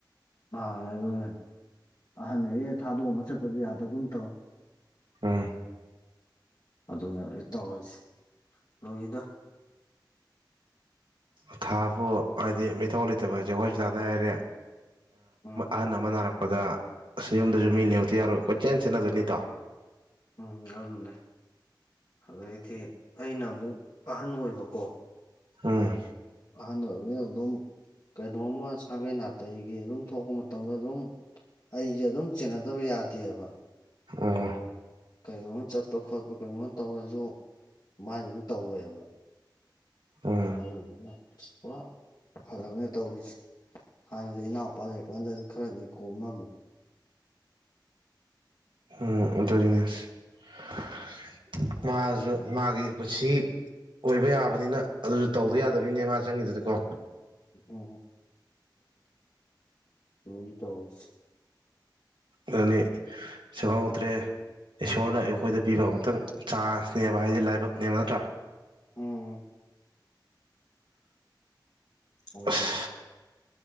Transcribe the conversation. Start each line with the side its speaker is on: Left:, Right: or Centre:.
Left: ꯃꯥꯟꯅ‌ꯦ ꯑꯗꯨꯅꯥ ꯑꯍꯟ ꯒꯩꯁ‌ꯦ ꯊꯥꯗꯣꯛꯑꯝꯃꯥ ꯆꯠꯄꯖꯨ ꯌꯥꯗꯒꯨꯝ ꯇꯧ
Right: ꯎꯝ
Left: ꯑꯗꯨꯅ ꯍꯧꯖꯤꯛ ꯇꯧꯔꯤꯁꯦ ꯂꯨꯔꯤꯗꯥ
Right: ꯃꯊꯥꯕꯨ ꯍꯥꯏꯗꯤ ꯃꯩꯊꯧ ꯂꯩꯇꯕ ꯍꯥꯏꯁꯦ ꯍꯣꯁꯄꯤꯇꯥꯜꯗ ꯍꯥꯏꯔꯦ
Left: ꯎꯝ
Right: ꯑꯍꯟ ꯑꯃꯥ ꯅꯥꯔꯛꯄ ꯗꯥ ꯑꯁ ꯌꯨꯝꯗꯁꯨ
Left: ꯎꯝ
Right: ꯃꯤ ꯂꯩꯍꯧꯗ ꯌꯥꯔꯣꯏ ꯀꫭꯏ ꯆꯦꯟ ꯆꯦꯟꯅꯗꯣꯏꯅꯤꯗꯣ
Left: ꯎꯝ ꯑꯗꯨꯅꯦ ꯑꯗꯩꯗꯤ ꯑꯩꯅ ꯑꯃꯨꯛ ꯑꯍꯟ ꯑꯣꯏꯕꯀꯣ
Right: ꯎꯝ
Left: ꯑꯍꯟ ꯑꯣꯏꯕꯅꯤꯅ ꯑꯗꯨꯝ ꯀꯩꯅꯣꯝꯃ ꯁꯥꯒꯩ ꯅꯥꯇꯩꯒꯤ ꯑꯗꯨꯝ ꯊꯣꯛꯄ ꯃꯇꯝꯗ ꯑꯗꯨꯝ ꯑꯩꯁꯦ ꯑꯗꯨꯝ ꯆꯦꯟꯅꯗꯕꯥ ꯌꯥꯗꯦꯕ
Right: ꯎꯝ
Left: ꯀꯔꯤꯒꯨꯝꯕ ꯆꯠꯄ ꯈꯣꯠꯄ ꯀꯩꯒꯨꯝꯕ ꯇꯧꯔꯁꯨ ꯃꯥꯏ ꯑꯗꯨꯝ ꯇꯧꯋꯦꯕ
Right: ꯑ
Left: ꯑꯗꯨꯗꯨꯅ ꯄꯨꯔꯥ ꯐꯔꯛꯅꯦ ꯇꯧꯔꯤꯁꯦ ꯍꯥꯟꯅꯗꯤ ꯏꯅꯥꯎꯄꯥ ꯂꯩꯔꯤꯀꯥꯟꯗꯗꯤ ꯈꯔꯗꯤ ꯀꯣꯝꯃꯝꯃꯦ
Right: ꯍ <unintelligible> ꯃꯥꯖꯨ ꯃꯥꯒꯤ ꯄꯨꯟꯁꯤ ꯑꯣꯏꯕ ꯌꯥꯕꯅꯤꯅ ꯑꯗꯨꯁꯨ ꯇꯧꯗ ꯌꯥꯗꯕꯅꯤꯅꯦ ꯃꯥ ꯆꯪꯉꯤꯗꯨꯗꯀꯣ
Left: ꯎ ꯑꯗꯨꯅꯤ ꯇꯧꯔꯤꯁꯦ
Right: ꯑꯗꯨꯅꯤ ꯁꯦꯝꯍꯧꯗ꯭ꯔꯦ ꯏꯁꯣꯔꯅ
Left: ꯎꯝ
Right: ꯑꯩꯈꯣꯏꯗ ꯄꯤꯕ ꯑꯃꯨꯛꯇꯪ ꯆꯥꯖ ꯅꯕ ꯍꯥꯏꯗꯤ ꯂꯥꯏꯕꯛꯅꯦꯕ ꯅꯠꯇ꯭ꯔꯥ
Left: ꯎꯝ ꯑꯣ
Right: ꯑꯁ